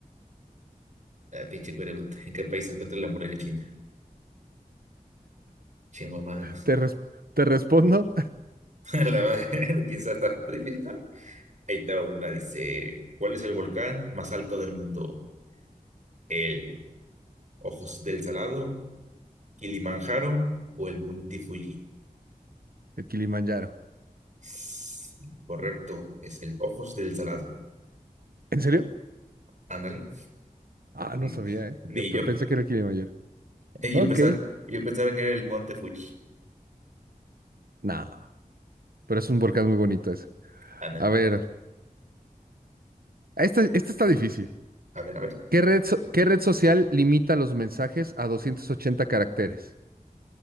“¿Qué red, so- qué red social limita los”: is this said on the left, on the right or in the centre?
Right